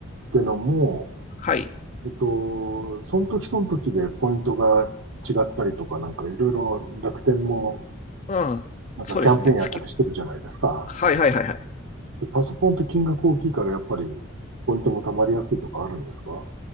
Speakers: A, on the right; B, on the left.
A: てのも、
B: はい、
A: えっと、その時その時でポイントが違ったりとか、なんかいろいろ楽天も
B: うん、
A: なんかキャンペーンやったりしてるじゃないですか。
B: そうですね、月。はいはいはいはい。
A: でパソコンって金額大きいからやっぱりポイントも貯まりやすいとかあるんですか
B: あ、